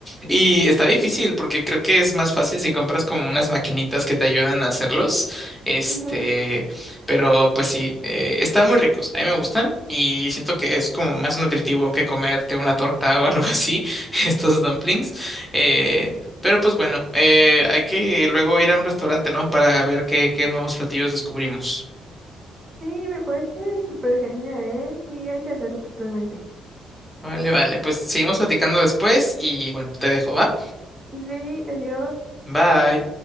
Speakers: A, in the centre; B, on the right.
A: Y está difícil porque creo que es más fácil si compras como unas maquinitas que te ayudan a hacerlos. Este,
B: Ujú.
A: pero pues sí, eh, están muy ricos. A mí me gustan y siento que es como más nutritivo que comerte una torta <laughs> o algo así, <laughs> estos dumplings. Eh, pero pues bueno, eh, hay que luego ir a un restaurante, ¿no? Para ver qué, qué nuevos platillos descubrimos.
B: Sí, me parece súper genial, ¿eh? Sí, hay que hacerlo totalmente.
A: Vale, vale, pues seguimos platicando después y bueno, te dejo, ¿va?
B: Sí, adiós.
A: Bye.